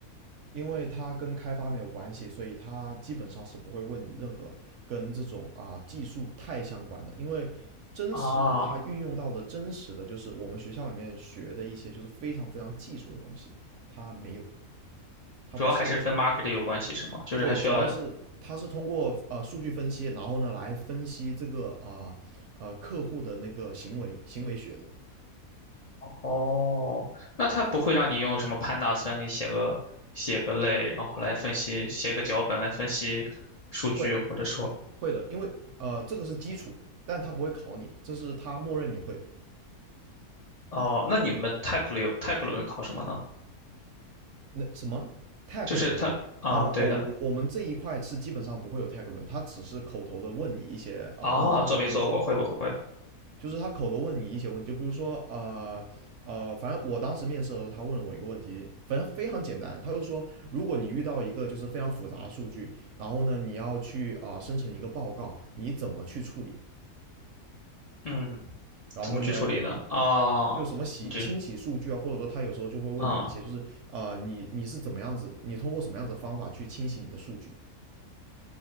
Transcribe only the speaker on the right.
因为它跟开发没有关系，所以它基本上是不会问你任何跟这种啊、技术太相关的。因为真实它运用到的真实的就是我们学校里面学的一些就是非常非常技术的东西，
它没有，它不涉及。
对，主要是它是通过呃数据分析，然后呢来分析这个啊呃客户的那个行为行为学的。
会，
会的，因为呃这个是基础，但它不会考你，这是它默认你会的。
那什么 tag
轮吗？啊、呃，
我我我们这一块是基本上不会有 tag 轮，它只是口头的问你一些啊、
呃问题，
就比如说
就是他口头问你一些问题，就比如说呃呃，反正我当时面试的时候，他问了我一个问题，反正非常简单，他就说，如果你遇到一个就是非常复杂的数据，然后呢你要去啊、呃生成一个报告，你怎么去处理？
然后呢我就
就什么洗清洗数据啊，
或者说他有时候就会问你一些就是啊，
你你是怎么样子，你通过什么样子的方法去清洗你的数据？